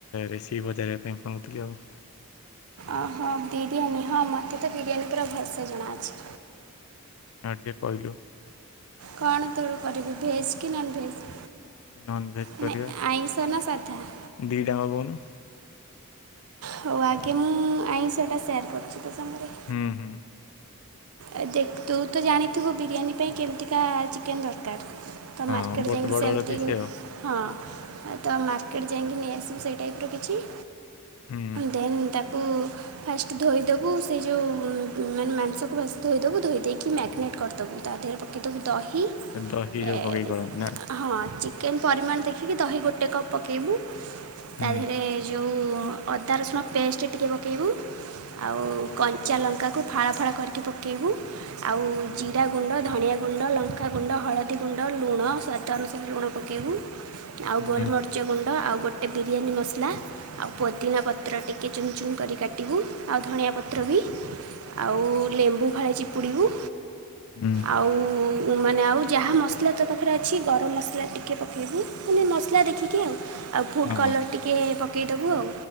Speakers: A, on the left; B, on the right.
A: ରେସି ପଚାରିବା ପାଇଁ ଫୋନ କରିଥିଲି ଆଉ।
B: ଓହୋ ବିରିୟାନୀ ହଁ ମୋତେ ତ ବିରିୟାନୀ ପୁରା ଭଲସେ ଜଣାଅଛି।
A: ହଁ ଟିକେ କହିଲୁ।
B: କଣ ତୋଳୁ କରିବୁ ଭେଜ୍ କି ନନ ଭେଜ୍?
A: ନନ୍ ଭେଜ୍
B: ମାନେ
A: କରିବା
B: ଆଇଁଷ ନା ସାଧା?
A: ଦି ଟାଙ୍କ କହୁନୁ।
B: ହଉ ଆଗେ ମୁଁ ଆଇଁଷଟା ସେୟାର୍ କରୁଛି ତୋ ସାଙ୍ଗରେ।
A: ହୁଁ।
B: ଏ ଦେଖ ତୁ ତ ଜାଣିଥିବୁ ବିରିୟାନୀ ପାଇଁ କେମିତିକା ଚିକେନ୍ ଦରକାର। ତ
A: ହଁ
B: ମାର୍କେଟ
A: ବୋଟେ
B: ଯାଇକି
A: ବଡ
B: ସେମିତି
A: ବଡ ପିସ ଆଉ।
B: ହଁ ତ ମାର୍କେଟ ଯାଇକି ନେଇଆସିବୁ ସେଇ ଟାଇପ୍ ର କିଛି
A: ହୁଁ
B: ଦେନ ତାକୁ ଫାଷ୍ଟ ଧୋଇ ଦବୁ ସେଇ ଯୋଉ ମାନେ ମାଂସ ଭ ଧୋଇ ଦେେବୁ ଧୋଇ ଦେଇକି ମ୍ୟାରିନେଟ୍ କରିଦବୁ ତା ଦେହରେ ପକାଇଦବୁ ଦହି
A: ଦହି ଯୋଉ
B: ଏ
A: ପକେଇ କରନ୍ତି ନା।
B: ହଁ ଚିକେନ୍ ପରିମାଣ ଦେଖିକି ଦହି ଗୋଟେ କପ୍ ପକାଇବୁ
A: ହୁଁ
B: ତା ଦେହରେ ଯେଉଁ ଅଦା ରସୁଣ ପେଷ୍ଟ ଟିକେ ପକାଇବୁ। ଆଉ କଞ୍ଚା ଲଙ୍କାକୁ ଫଳା ଫଳ କରିକି ପକେଇବୁ। ଆଉ ଜିରା ଗୁଣ୍ଡ ଧନଆ ଗୁଣ୍ଡ ଲଙ୍କାଗୁଣ୍ଡ ହଳଦୀ ଗୁଣ୍ଡ ଲୁଣ ସ୍ୱାଦ ଅନୁସାରେ ଲୁଣ ପକେଇବୁ। ଆଉ
A: ହୁଁ
B: ଗୋଲମରିଚ ଗୁଣ୍ଡ ଆଉ ଗୋଟେ ବିରିୟାନୀ ମସଲା। ଆଉ ପୋଦିନା ପତ୍ର ଟିକେ ଚୁନ ଚୁନ କରି କାଟିବୁ ଆଉ ଧଣିଆ ପତ୍ର ବି। ଆଉ ଲେମ୍ବୁ ଫାଳେ ଚିପୁଡ଼ିବୁ।
A: ହୁଁ।
B: ଆଉ ଉଁ ମାନେ ଆଉ ଯାହା ମସଲା ତୋ ପାଖରେ ଅଛି ଗରମ ମସଲା ଟିକି ପକାଇବୁ ମାନେ ମସଲା ଦେଖିକି ଆଉ। ଆଉ ଫୁଡ଼୍
A: ହଁ
B: କଲର୍
A: ହଁ
B: ଟିକେ ପକେଇ ଦବୁ ଆଉ